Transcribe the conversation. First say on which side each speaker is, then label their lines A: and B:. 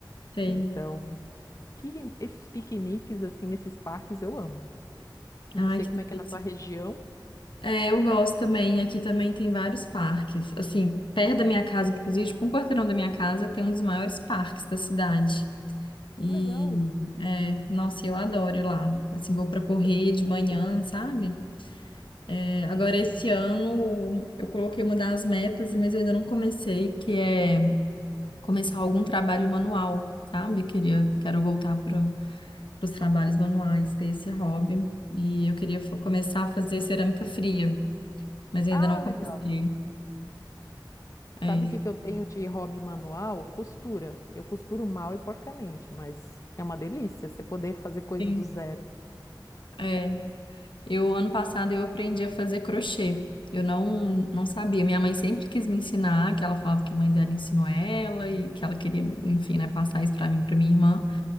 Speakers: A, on the left; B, on the left.
A: Sei.
B: Então, pi- esses piqueniques assim nesses parques eu amo. Não
A: Ai,
B: sei
A: que
B: como é que
A: delícia.
B: é na tua região.
A: É, eu gosto também. Aqui também tem vários parques. Assim, perto da minha casa, inclusive, tipo, um quarteirão da minha casa tem um dos maiores parques da cidade. E,
B: Que legal.
A: é, nossa, eu adoro ir lá. Assim, vou para correr de manhã, sabe? É, agora, esse ano, eu coloquei uma das metas, mas eu ainda não comecei, que é começar algum trabalho manual, sabe? Queria, quero voltar para os trabalhos manuais, ter esse hobby. E eu queria fa- começar a fazer cerâmica fria, mas ainda
B: Ah,
A: não comecei.
B: legal.
A: É,
B: Sabe o que que eu tenho de hobby manual? Costura. Eu costuro mal e porcamente, mas é uma delícia você poder fazer coisa
A: Sim.
B: do zero.
A: é. Eu, ano passado, eu aprendi a fazer crochê. Eu não, não sabia. Minha mãe sempre quis me ensinar, que ela falava que a mãe dela ensinou ela e que ela queria, enfim, né, passar isso para mim, para minha irmã.